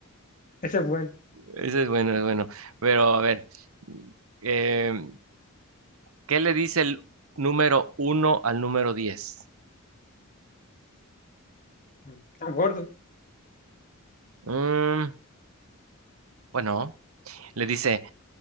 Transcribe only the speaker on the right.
Eso es bueno, es bueno. Pero a ver. mm, em, ¿Qué le dice el número uno al número 10?
Mm, bueno, le dice,